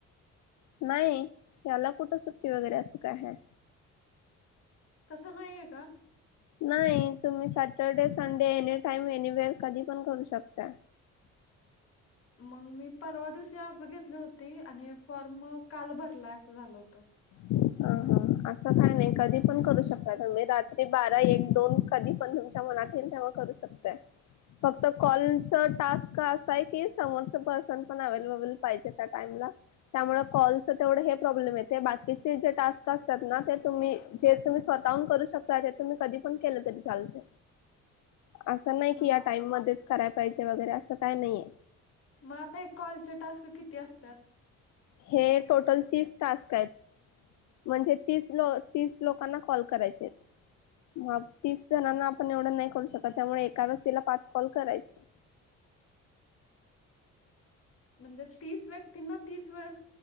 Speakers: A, on the left; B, on the left.
A: नाही, याला कुठ सुट्टी वगैरे असं काय हाय
B: तसं नाहीये का!
A: नाही तुम्ही Saturday Sunday any time anywhere कधी पण करू शकता.
B: मंग मी परवा दिवशी ऍप घेतले ते आणि फॉर्म काल भरलाय असं झालं होत
A: ह ह असं काय नाही कधी पण करू शकता तुम्ही रात्री बारा एक दोन कधी पण तुमच्या मनात येईल तेव्हा करू शकताय फक्त कॉलच टास्क असा आहे की समोरच पर्सन पण अवलेबल पाहिजे त्या टाइमला. त्यामुळे कॉलच तेवढं हे प्रॉब्लेम येते बाकी जी चे टास्क असतात ना ते तुम्ही जे तुम्ही स्वतः <unintelligible> करू शकता त्यातून मी कधी पण केलं तरी चालत असं नाही
B: हा
A: की या टाइम मध्येच कराय पाहिजे वगैरे असं काय नाहीये
B: मग आता एक कॉलचे टास्क किती असतात?
A: हे टोटल तीस टास्क आहेत. म्हणजे तीस लो तीस लोकांना कॉल करायचेत! मग तीस जणांना आपण एवढं नाही करू शकत त्यामुळे एका व्यक्तीला पाच कॉल करायचे.
B: <inaudible> म्हणजे तीस व्यक्तींना तीस वेळेस